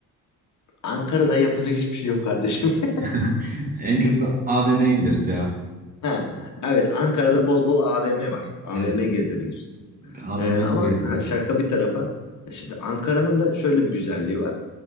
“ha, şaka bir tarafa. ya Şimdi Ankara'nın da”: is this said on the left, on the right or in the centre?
Left